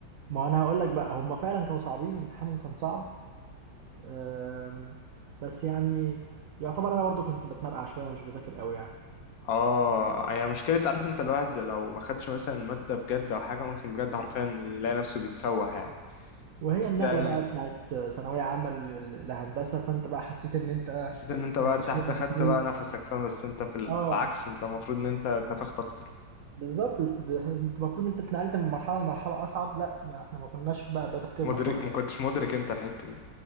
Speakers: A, on the right; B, on the left.
A: ما انا هقول لك بقى هم فعلا كانوا صعبين وامتحانهم كان صعب أم، بس يعني يعتبر انا برضو كنت بتمرقع شويه ومش بذاكر قوي يعني
B: اه هي مشكلة عارف انت الواحد لو ما خدش مثلا المادة بجد او حاجة ممكن بجد حرفيا يلاقي نفسه بيتسوح يعني
A: وهي
B: بس
A: النقله
B: يعني
A: بقى بتاعت ثانويه عامه ل- لهندسه فانت بقى حسيت ان انت
B: حسيت ان انت بقى
A: ما فيش
B: ارتحت
A: منك
B: خدت
A: اتنين
B: بقى نفسك فاهم بس انت في ال-
A: اه
B: بالعكس انت المفروض ان انت اتنفخت اكتر
A: بالظبط انت انت المفروض انت اتنقلت من مرحله لمرحله اصعب لا ما احنا ما كناش بقى ده تفكيرنا
B: مدرك
A: خالص
B: ما كنتش مدرك انت الحتة دي